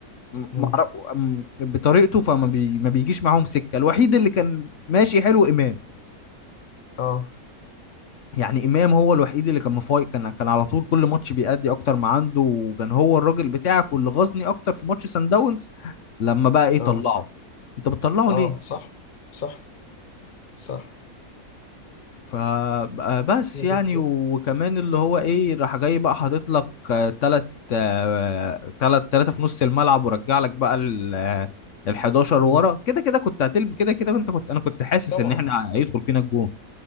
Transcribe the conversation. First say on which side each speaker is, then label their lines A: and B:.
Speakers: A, on the left; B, on the left.
A: م-
B: مم.
A: معرف أم- بطريقته فما بي... ما بيجيش معاهم سكه الوحيد اللي كان ماشي حلو امام
B: اه
A: يعني امام هو الوحيد اللي كان مفايق كان كان على طول كل ماتش بيأدي اكتر ما عنده وكان هو الراجل بتاعك واللي غزني اكتر في ماتش سان داونز لما بقى ايه طلعه
B: اه
A: انت بتطلعه
B: اه
A: ليه
B: صح صح صح
A: فبس
B: بس-
A: يعني وكمان اللي هو ايه راح جاي بقى حاطط لك آه، تلت آه، تلت تلاتة في نص الملعب ورجع لك بقى ال آه، ال 11
B: مم.
A: ورا كده كده كنت هتلب كده كده كنت كنت انا كنت حاسس
B: طبعا
A: ان احنا هيدخل فينا الجون